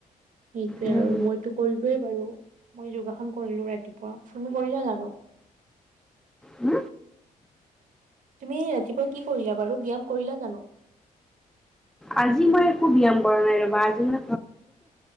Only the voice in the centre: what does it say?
উম,
উম,
আজি মই একো ব্যায়াম কৰা নাই ৰবা, আজি মই